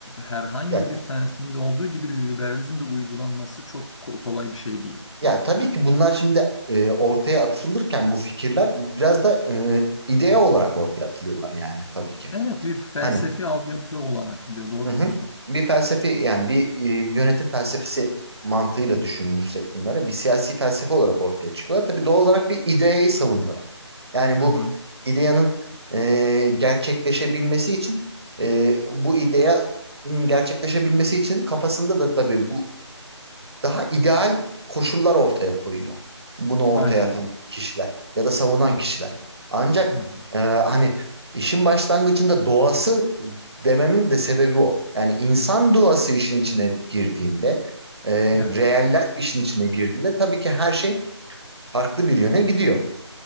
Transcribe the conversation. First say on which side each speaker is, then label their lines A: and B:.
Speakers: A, on the left (about 85°); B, on the right (about 60°).
A: herhangi
B: Ya
A: bir tanesinde olduğu gibi liberalizmde uygulanması çok ko- kolay bir şey değil.
B: Ya tabii ki bunlar şimdi e, ortaya atılırken bu fikirler biraz da e, idea olarak ortaya atılıyorlar yani tabii ki.
A: Evet bir felsefi
B: Hani
A: altyapı olarak de- doğru
B: hı hı.
A: diyorsun.
B: bir felsefi yani bir e, yönetim felsefesi mantığıyla düşünürsek bunlara bir siyasi felsefe olarak ortaya çıkıyorlar. Tabii doğal olarak bir ideayı savunuyorlar. Yani
A: Hı
B: bu
A: hı,
B: ideyanın e, gerçekleşebilmesi için e, bu ideyanın gerçekleşebilmesi için kafasında da tabii bu daha ideal koşullar ortaya koyuyor. Bunu ortaya
A: aynen
B: atan
A: öyle.
B: kişiler ya da savunan
A: Hı,
B: kişiler. Ancak
A: hı,
B: e, hani işin başlangıcında doğası dememin de sebebi o. Yani insan
A: hı.
B: doğası işin içine girdiğinde, e,
A: Evet.
B: reeller işin içine girdiğinde tabii ki her şey farklı bir yöne gidiyor.